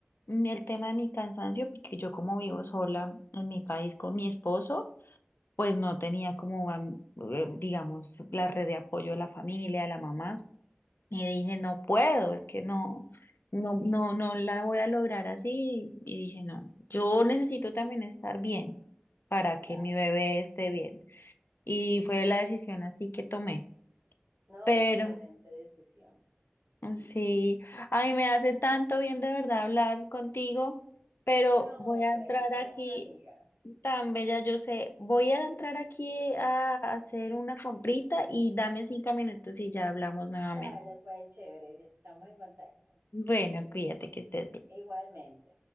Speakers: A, on the left (about 60°); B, on the right (about 85°).
A: mm, el tema de mi cansancio, porque yo como vivo sola en mi país con mi esposo, pues no tenía como, am- eh, digamos, la red de apoyo de la familia, de la mamá. Y dije, no puedo, es que no, no, no, no la voy a lograr así. Y dije, no, yo necesito también estar bien para
B: No,
A: que
B: claro.
A: mi bebé esté bien. Y fue la decisión así que tomé.
B: No,
A: Pero
B: excelente decisión.
A: Sí, ay, me hace tanto bien de verdad hablar contigo, pero
B: No,
A: voy a
B: por
A: entrar
B: aquí tienes
A: aquí,
B: una amiga.
A: tan bella yo sé, voy a entrar aquí a hacer una comprita y dame cinco minutos y ya hablamos nuevamente.
B: Dale, pues chévere, ya estamos en contacto.
A: Bueno, cuídate que estés bien.
B: Igualmente.